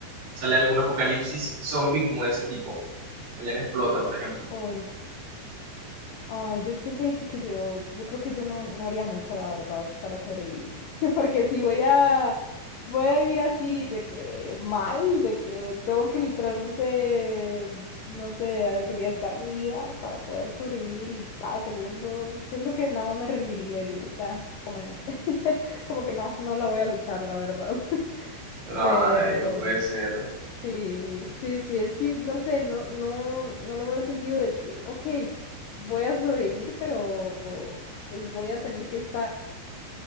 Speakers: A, on the right; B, on the left.
A: sale algún apocalipsis zombie como de ese tipo? Mañana explota, por ejemplo.
B: Uy. Ay, yo siempre he dicho que yo, yo creo que yo no, no haría mucho, la verdad, para sobrevivir. <laughs> Porque si voy a, voy a vivir así, de que mal, de que tengo que literalmente, no sé, arriesgar mi vida para poder sobrevivir y cada segundo, siento que nada más me rendiría. Yo digo, ya, comerme. <laughs> Como que no, no la voy a luchar, la verdad. <laughs>
A: Ay,
B: Pero.
A: no puede ser.
B: Sí, sí, sí, es que no sé, no, no, no lo veo el sentido de que, ok, s- voy a sobrevivir, pero pues voy a tener que estar,